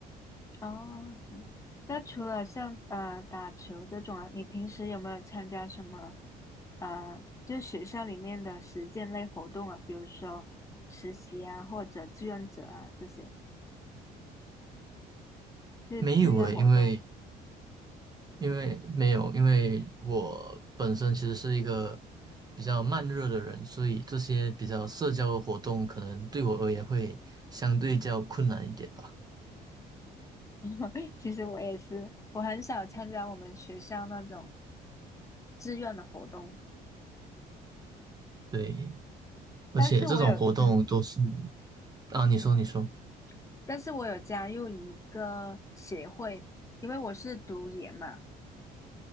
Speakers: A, on the left (about 20°); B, on the right (about 25°).
A: 哦，行。那除了像呃打球这种啊，你平时有没有参加什么呃，就学校里面的实践类活动啊，比如说实习啊，或者志愿者啊这些，就是志愿活动。
B: 没有诶，因为因为没有，因为我本身其实是一个比较慢热的人，所以这些比较社交的活动可能对我而言会相对较困难一点吧。
A: <laughs> 其实我也是，我很少参加我们学校那种志愿的活动，
B: 对，而且这种活动都是
A: 但是我有嗯
B: 啊，你说你说，
A: 嗯，但是我有加入一个协会，因为我是读研嘛。